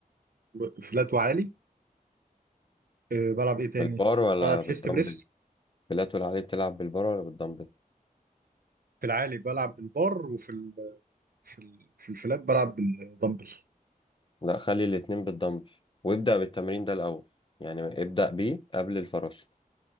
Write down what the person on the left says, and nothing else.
بالبار ولا
بالدمبل
بلاتول عليه بتلعب بالبار ولا بالدمبل
لا خلي الاتنين بالدمبل وابدأ بالتمرين ده الأول يعني ابدأ بيه قبل الفراشة